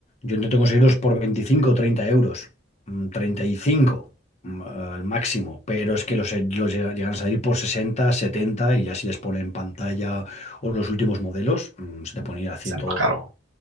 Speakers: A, on the left; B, on the right.
A: Yo intento conseguirlos por 25 o 30 euros, mm, 35 mm, al máximo, pero es que los, los llega- llegan a salir por 60, 70 y ya si les ponen pantalla o los últimos modelos, mm, se te ponen a 100,
B: ¿Sale más caro?